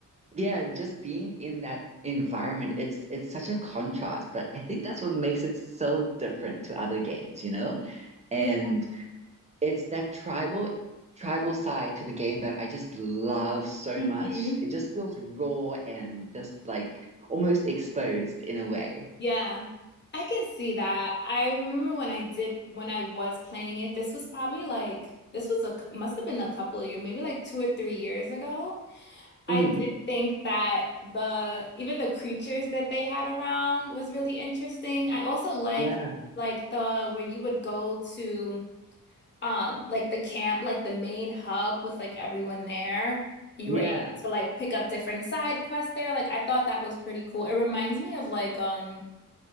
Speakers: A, on the right (about 20°); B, on the left (about 35°).
A: yeah, just being in that environment, it's it's such a contrast, but I think that's what makes it so different to other games, you know? And
B: Yeah.
A: it's that tribal tribal side to the game that I just love so
B: hmm
A: much. It just feels raw and just like almost exposed in a way.
B: Yeah. I can see that. I remember when I did when I was playing it, this was probably like this was a must have been a couple of years, maybe like two or three years ago. I
A: Mm.
B: did think that the even the creatures that they had around was really interesting. I also like
A: Yeah,
B: like the where you would go to um like the camp, like the main hub with like everyone there. You
A: yeah.
B: were able to like pick up different side quests there. Like I thought that was pretty cool. It reminds me of like um